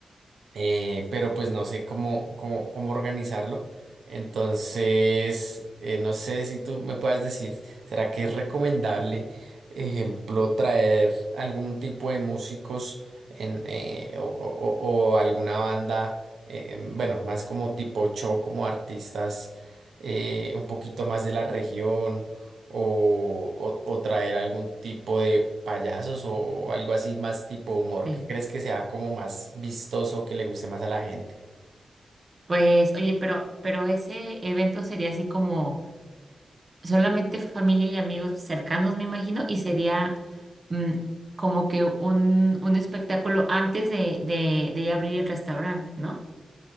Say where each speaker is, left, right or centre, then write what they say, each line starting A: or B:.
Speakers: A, on the right (about 80°); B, on the right (about 35°).
A: eh, pero pues no sé cómo, cómo, cómo organizarlo. Entonces, eh, no sé si tú me puedas decir, ¿será que es recomendable, ejemplo, traer algún tipo de músicos en, eh, o, o- o- o alguna banda, eh, em, bueno, más como tipo show, como artistas eh, un poquito más de la región? o, o- o traer algún tipo de payasos o algo así más tipo humor?
B: Sí.
A: ¿Qué crees que sea como más vistoso, que le guste más a la gente?
B: Pues oye, pero pero ese evento sería así como solamente familia y amigos cercanos, me imagino, y sería mm, como que un, un espectáculo antes de, de, de abrir el restaurante, ¿no?